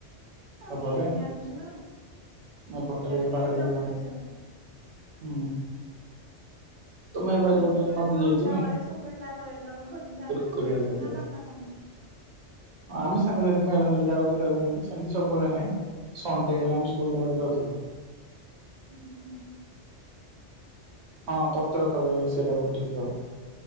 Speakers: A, on the right; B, on the right.
A: ଆମେ
B: ସେପଟେ
A: କିଣିକି ଆଣିଛୁ ନାଉ ସିଆଡେ
B: ଭଟ୍ଟାରିକା
A: କେ
B: ପାହାଡକୁ
A: ଜଙ୍ଗଲରେ
B: ଯାଅନି
A: ଯାଉଛୁ।
B: ହୁଁ। ତମ
A: ଆଉ
B: ଏଇ ବାରିପଟେ
A: ଯୋଉ ଏଇଟା
B: ନଦୀ
A: କଣ
B: ଯାଇଛି
A: ଅଣ୍ଡା ଭଳିଆ ଛତୁ ସେଇଟା ହୁଏ ତମେ ଖୋଜିଯାଅ ନା।
B: କୋରିଆ
A: କଣ
B: ଛତୁ।
A: ନା ବାବା <inaudible>
B: ଆମେ ସାଙ୍ଗ ସାଥି ମେଳ ହେଲେ ଯାଉ କେତବେଳେ କେମିତି ସେମିତି ସବୁବେଳେ ନାହିଁ। ସନ୍ ଡେ ହେଲେ ଆମେ ସ୍କୁଲ୍ କାମରେ ଯାଉଥିଲୁ।
A: ହୁଁ।
B: ହଁ ପତ୍ର ତଳେ ସେଇଟା ଫୁଟିଥିବ।